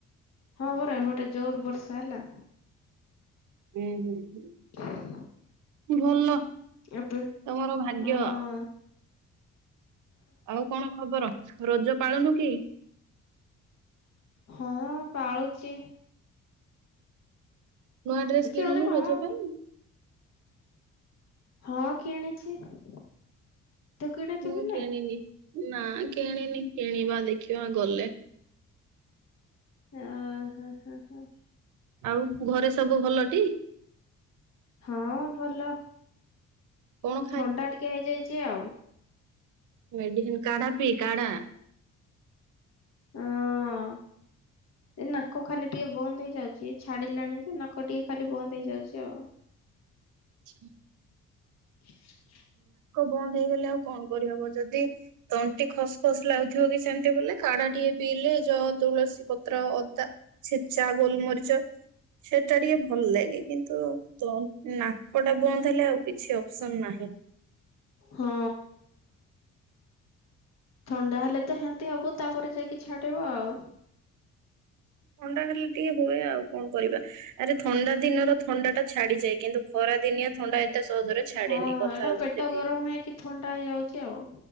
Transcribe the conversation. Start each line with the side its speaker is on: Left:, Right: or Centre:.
Left: ହଁ ପୁରା ଗୋଟେ ଯୋର ବର୍ଷା ହେଲା।
Right: ହୁଁ ହୁଁ।
Left: <inaudible>
Right: ଭଲ ତମର
Left: ଏବେ
Right: ଭାଗ୍ୟ
Left: ହଁ
Right: ଆଉ। ଆଉ କଣ ଖବର ରଜ ପାଳୁନୁ କି?
Left: ହଁ ପାଳୁଚି।
Right: ନୂଆ ଡ୍ରେସ କିଣୁନୁ
Left: ମାନେ କଣ
Right: ରଜ ପାଇଁ।
Left: ହଁ କିଣିଛି। ତୁ କିଣିଛୁ
Right: ମୁଁ
Left: କି
Right: କିଣିନି
Left: ନାହିଁ?
Right: ନା କିଣିନି, କିଣିବା ଦେଖିବା ଗଲେ।
Left: ହଁ। ହଁ ହଁ ହଁ।
Right: ଆଉ ଘରେ ସବୁ ଭଲଟି।
Left: ହଁ ଭଲ।
Right: କଣ
Left: ଥଣ୍ଡା ଟିକେ ହେଇଯାଇଛି ଆଉ।
Right: ମେଡ଼ିସିନ୍ କାଢ଼ା ପି କାଢା
Left: ହଁ ଏ ନାକ ଖାଲି ଟିକେ ବନ୍ଦ ହେଇଯାଉଛି ଛାଡିଲାଣି ଯେ ନାକ ଟିକେ ଖାଲି ବନ୍ଦ ହେଇଯାଉଛି ଆଉ।
Right: ଆଛା।
Left: <inaudible>
Right: ବନ୍ଦ ହେଇଗଲେ ଆଉ କଣ କରିହବ ଯଦି ତଣ୍ଟି ଖସ ଖସ ଲାଗୁଥିବ କି ସେମିତି ବୋଲେ କାଢା ଟିକେ ପିଇଲେ ଯ ତୁଳସୀ ପତ୍ର ଅଦା ଛେଚା ଗୋଲମରିଚ ସେଟା ଟିକେ ଭଲ ଲାଗେ କିନ୍ତୁ ନାକ ଟା ବନ୍ଦ ହେଲେ ଆଉ କିଛି ଅପ୍ସନ୍ ନାହିଁ।
Left: ହଁ ଥଣ୍ଡା ହେଲେ ତ ସେମତି ହବ ତାପରେ ଯାଇକି ଛାଡେଇିବ ଆଉ।
Right: ଥଣ୍ଡା ହେଲେ ଟିକେ ହୁଏ ଆଉ କଣ କରିବା ଆରେ ଥଣ୍ଡା ଦିନର ଥଣ୍ଡା ଟା ଛାଡିଯାଏ କିନ୍ତୁ ଖରା ଦିନିଆ ଥଣ୍ଡା ଏତେ ସହଜରେ ଛାଡେନି
Left: ହଁ
Right: କଥା
Left: ଏଇଟା
Right: ହଉଛି
Left: ପେଟ
Right: ସେଠି
Left: ଗରମ ହେଇକି ଥଣ୍ଡା ହେଇଯାଉ ଚି ଆଉ।